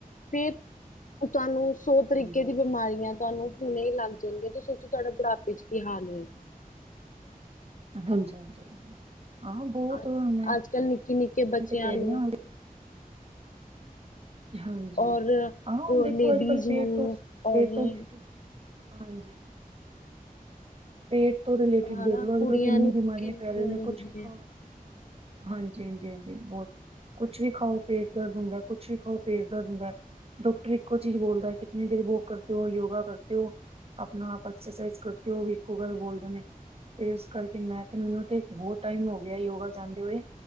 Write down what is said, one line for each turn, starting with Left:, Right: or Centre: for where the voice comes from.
Left: ਫੇਰ ਤੁਹਾਨੂੰ ਸੌ ਤਰੀਕੇ
Right: ਹਾਂਜੀ
Left: ਦੀ ਬਿਮਾਰੀਆਂ ਤੁਹਾਨੂੰ ਹੁਣੇ ਹੀ ਲੱਗ ਜਾਣਗੇ ਤੇ ਸੋਚੋ ਤੁਹਾਡਾ ਬੁਢਾਪੇ ਚ ਕੀ ਹਾਲ ਹੋਏਗਾ
Right: ਹਾਂਜੀ ਹਾਂਜੀ ਹਾਂ ਬਹੁਤ
Left: ਅੱਜ
Right: ਮੈਂ
Left: ਅੱਜ ਕੱਲ੍ਹ ਨਿੱਕੇ ਨਿੱਕੇ ਬੱਚਿਆਂ
Right: ਤੇ ਕਹ
Left: ਨੂੰ
Right: ਰਹੀ ਹਾਂ ਹਾਂਜੀ
Left: ਔਰ
Right: ਹਾਂ ਹੁਣ ਦੇਖੋ
Left: ਲੇਡੀਜ਼
Right: ਅੱਜ ਕੱਲ ਪੇਟ
Left: ਨੂੰ
Right: ਤੋਂ
Left: ਔਰ
Right: ਪੇ ਤੋਂ ਹਾਂਜੀ। ਪੇਟ ਤੋਂ ਰਿਲੇਟਿਡ
Left: ਹਨਾ
Right: ਦੇਖ ਲੋ ਅੱਜ
Left: ਕੁੜੀਆਂ
Right: ਕੱਲ ਕਿੰਨੀ
Left: ਨੂੰ
Right: ਆ ਬਿਮਾਰੀਆਂ
Left: ਕਿੰਨੀ
Right: ਫੈਲ ਰਹੀ
Left: ਹੋ
Right: ਆ ਨੇ
Left: ਜਾਂਦੀ
Right: ਕੁਛ ਵੀ ਖਾਓ।
Left: ਹੈ
Right: ਹਾਂਜੀ ਹਾਂਜੀ ਹਾਂਜੀ ਬਹੁਤ ਕੁਛ ਵੀ ਖਾਓ ਪੇਟ ਦਰਦ ਹੁੰਦਾ ਕੁਛ ਵੀ ਖਾਓ ਪੇਟ ਦਰਦ ਹੁੰਦਾ। ਡਾਕਟਰ ਇੱਕੋ ਚੀਜ਼ ਬੋਲਦਾ ਕਿਤਨੀ ਦੇਰ ਵੋ ਕਰਦੇ ਹੋ ਯੋਗਾ ਕਰਦੇ ਹੋ। ਆਪਣਾ ਆਪ ਐਕਸਰਸਾਈਜ਼ ਕਰਤੇ ਉਹ ਵੀ ਇੱਕੋ ਗੱਲ ਬੋਲਦੇ ਨੇ। ਕਰਕੇ ਮੈਂ ਤੇ ਮੈਨੂੰ ਤੇ ਬਹੁਤ ਟਾਈਮ ਹੋ ਗਿਆ ਯੋਗਾ ਜਾਂਦੇ ਹੋਏ।